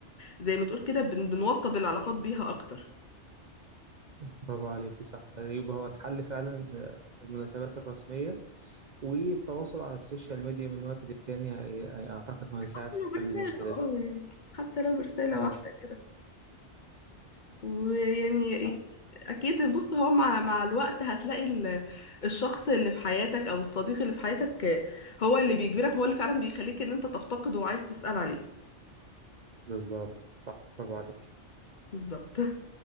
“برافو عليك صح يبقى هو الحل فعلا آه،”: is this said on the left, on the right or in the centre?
Right